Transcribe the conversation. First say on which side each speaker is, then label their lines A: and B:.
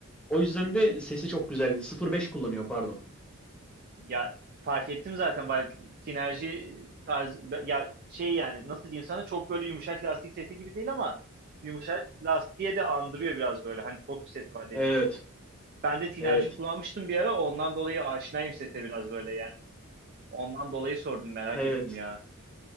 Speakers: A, in the centre; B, on the right.
A: O yüzden de sesi çok güzel. 0.5 kullanıyor pardon.
B: Ya fark ettim zaten bak sinerji tarzı ya şey yani nasıl diyeyim sana çok böyle yumuşak lastik sesi gibi değil ama yumuşak lastiğe de andırıyor biraz böyle hani torp sesi var dediğim
A: Evet.
B: gibi. Ben de tinerci
A: Evet.
B: kullanmıştım bir ara ondan dolayı aşinayım sese biraz böyle yani. Ondan dolayı sordum merak
A: Evet.
B: ettim ya.